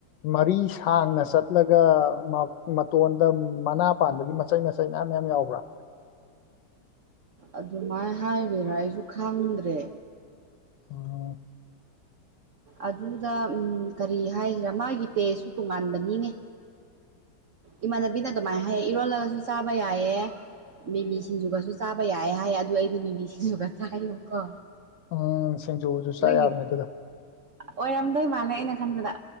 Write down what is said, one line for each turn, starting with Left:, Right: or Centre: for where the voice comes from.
Left: ꯃꯔꯤ ꯁꯥꯡꯅ ꯆꯠꯂꯒ ꯃꯇꯣꯟꯗ ꯃꯅꯥ ꯄꯥꯟꯕꯒꯤ ꯃꯆꯩ ꯃꯆ ꯆꯩꯅꯥ ꯃꯌꯥꯝ ꯌꯥꯎꯕ꯭ꯔꯥ
Right: ꯑꯗꯨꯃꯥꯏꯅ ꯍꯥꯏꯒꯔꯥ ꯑꯩꯁꯨ ꯈꯪꯗ꯭ꯔꯦ
Left: ꯑꯥ
Right: ꯑꯗꯨꯗ ꯎ ꯀꯔꯤ ꯍꯥꯏꯒꯔꯥ ꯃꯥꯒꯤ ꯇꯦꯁꯨ ꯇꯣꯉꯥꯟꯕꯅꯤꯅꯦ ꯏꯃꯥꯟꯅꯕꯤꯅ ꯑꯗꯨꯃꯥꯏꯅ ꯍꯥꯏꯌꯦ ꯏꯔꯣꯜꯂꯒꯁꯨ ꯆꯥꯕ ꯌꯥꯏꯑꯦ ꯃꯤꯃꯤ ꯁꯤꯡꯖꯨꯒꯁꯨ ꯆꯥꯕ ꯌꯥꯏ ꯍꯥꯏ ꯑꯗꯨ ꯑꯩꯗꯤ ꯃꯤꯃꯤ ꯁꯤꯡꯖꯨꯒ ꯆꯥꯏꯌꯦꯕꯀꯣ
Left: ꯎꯝ ꯁꯤꯡꯖꯨꯗꯨ ꯆꯥ
Right: ꯅꯪꯒꯤ
Left: ꯌꯥꯕꯅꯦ ꯑꯗꯨꯗ
Right: ꯑꯣꯏꯔꯝꯗꯣꯏ ꯃꯥꯜꯂꯦ ꯑꯩꯅ ꯈꯟꯕꯗ